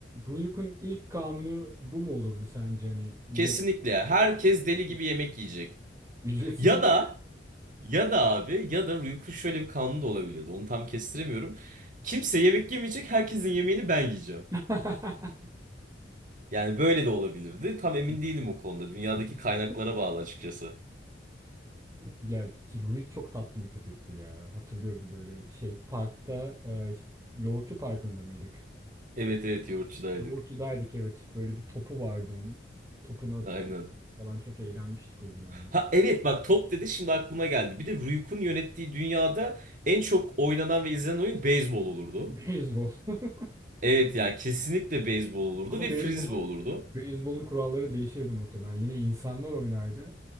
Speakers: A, on the right; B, on the right.
A: Ruyuk'un ilk kanunu bu mu olurdu sence hani yemekleri
B: kesinlikle herkes
A: ücretsiz
B: deli gibi yemek yiyecek.
A: ücretsiz
B: Ya
A: mi olurdu?
B: da Ya da abi ya da Rüyuk'un şöyle bir kanunu da olabiliyordu. Onu tam kestiremiyorum. Kimse yemek yemeyecek, herkesin yemeğini ben yiyeceğim.
A: <laughs>
B: Yani böyle de olabilirdi. Tam emin
A: Faşist,
B: değilim o konuda. Dünyadaki
A: faşist
B: kaynaklara bağlı açıkçası.
A: Ya Rurik çok tatlı bir köpekti ya. Hatırlıyorum böyle şey parkta e, işte Yoğurtçu Parkı'nda mıydık?
B: Evet evet yoğurtçudaydık.
A: Yoğurtçu'daydık evet. Böyle bir topu vardı onun. Topunu at
B: Aynen.
A: falan çok eğlenmiştik o gün onunla.
B: Ha evet bak top dedi şimdi aklıma geldi. Bir de Rüyuk'un yönettiği dünyada en çok oynanan ve izlenen oyun beyzbol olurdu.
A: <laughs> Beyzbol. <laughs>
B: Evet yani kesinlikle beyzbol olurdu
A: Ama
B: ve frisbee
A: beyzbolun
B: olurdu.
A: beyzbolun kuralları değişirdi muhtemelen. Yine insanlar oynardı